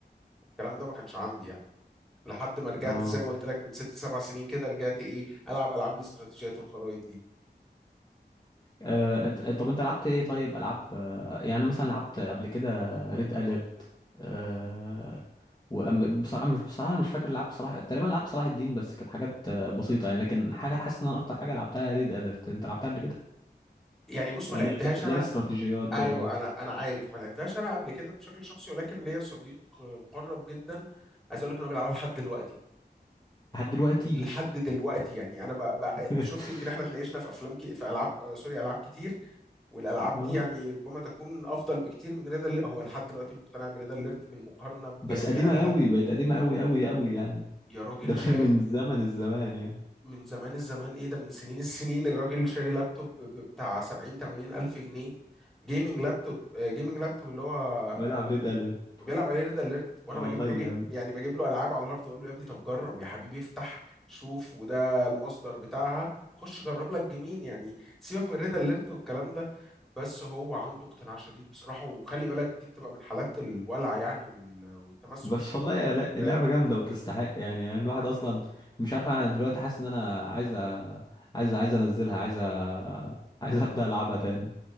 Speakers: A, in the centre; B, on the left.
A: والكلام ده ما كانش عندي يعني لحد ما رجعت
B: اه
A: زي ما قلت لك من ست سبع سنين كده رجعت ايه العب العاب الاستراتيجيات والخرايط دي
B: آه، إت- طب انت لعبت ايه طيب العاب آه، يعني أنا مثلا لعبت قبل كده ريد اليرت آه وبصراحة مش بصراحة انا مش فاكر لعبت صلاح تقريبا لعبت صلاح الدين بس كانت حاجات آه، بسيطة يعني لكن حاجة حاسس ان انا اكتر حاجة لعبتها ريد اليرت انت لعبتها قبل كده
A: يعني بص
B: آه،
A: ما لعبتهاش
B: لعبة لعبة
A: انا
B: استراتيجيات برضو
A: ايوه انا انا عارف ما لعبتهاش انا قبل كده بشكل شخصي ولكن ليا صديق مقرب جدا عايز اقول لك ان هو بيلعبها لحد دلوقتي
B: لحد دلوقتي
A: لحد دلوقتي يعني انا بقى بقى
B: <laughs>
A: شفت يمكن احنا اتناقشنا في افلام كي في العاب آه، سوري العاب كتير والالعاب
B: اه
A: دي يعني ربما تكون افضل بكتير من ريد اليرت هو لحد دلوقتي مقتنع بريد اليرت بالمقارنه بجميع
B: بس قديمة
A: الالعاب
B: قوي بقت قديمة قوي قوي قوي يعني
A: يا
B: <laughs>
A: راجل
B: ده
A: شاء
B: من زمن الزمان يعني
A: من زمان الزمان ايه ده من سنين السنين الراجل شاري لابتوب ب- ب- بتاع 70 80 الف جنيه جيمنج لابتوب جيمنج لابتوب اللي هو
B: ويلعب ريد اليرت
A: وبيلعب عليه ريد اليرت وانا
B: والله
A: بجيب له جي
B: جامد
A: يعني بجيب له العاب على الهارد اقول له يا ابني طب جرب يا حبيبي افتح شوف وده المصدر بتاعها خش جرب لك جيمين يعني سيبك من ريد اليرت والكلام ده بس هو عنده اقتناع شديد بصراحه وخلي بالك دي بتبقى من حالات الولع يعني وال- والتمسك
B: بس
A: الشديد
B: والله يا لا- اللعبة
A: بالذات.
B: جامدة وتستحق يعني يعني الواحد أصلا مش عارف أنا دلوقتي حاسس إن أنا عايز أ- عايز عايز أنزلها عايز أ... عايز أبدأ ألعبها تاني